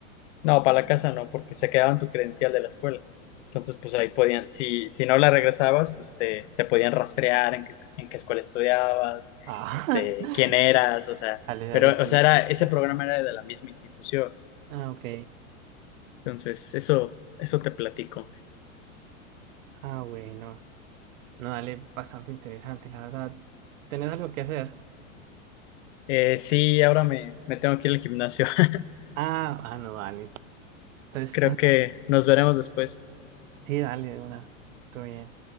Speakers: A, on the left; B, on the right.
A: No, para la casa no, porque se quedaban tu credencial de la escuela. Entonces, pues ahí podían, si, si no la regresabas, pues te, te podían rastrear en qué, en qué escuela estudiabas,
B: Ah,
A: este,
B: <laughs>
A: quién eras, o sea,
B: dale, dale,
A: pero,
B: sí.
A: o sea, era, ese
B: sí.
A: programa era de la misma institución.
B: Ah, ok.
A: Entonces, eso, eso te platico.
B: Ah, bueno. No, dale, bastante interesante, la verdad. ¿Tenés algo que hacer?
A: Eh, sí, ahora me, me tengo que ir al gimnasio. <laughs>
B: Ah, ah, no, dale. Entonces,
A: Creo
B: <laughs>
A: que nos veremos después.
B: sí, dale, de una. Todo bien.